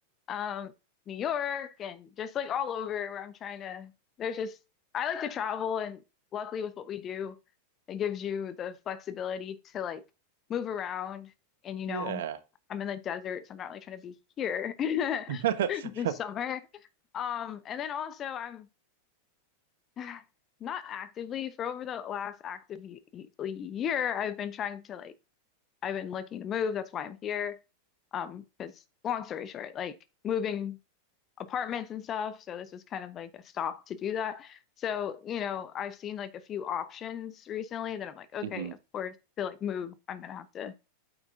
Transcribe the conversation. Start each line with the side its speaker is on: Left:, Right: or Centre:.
Left: um, New York and just like all over where I'm trying to. There's just, I like to travel, and luckily with what we do, it gives you the flexibility to like move around. And you know,
Right: Yeah.
Left: I'm in the desert, so I'm not really trying to be here <laughs>
Right: <laughs>
Left: this summer. Um, and then also I'm <sighs> not actively for over the last active y y- year, I've been trying to like, I've been looking to move. That's why I'm here. Um, because long story short, like moving apartments and stuff. So this was kind of like a stop to do that. So, you know, I've seen like a few options recently that I'm like, okay,
Right: hmm
Left: of course, to like move, I'm gonna have to,